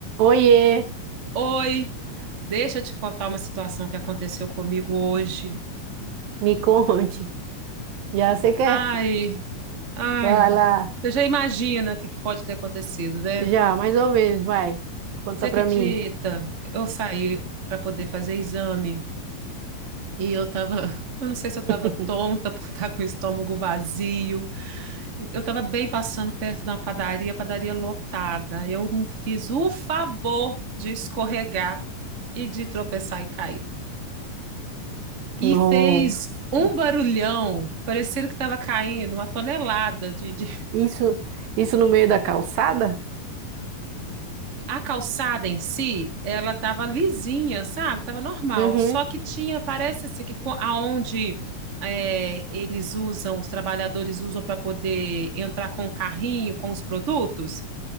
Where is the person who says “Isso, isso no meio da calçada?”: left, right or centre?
Right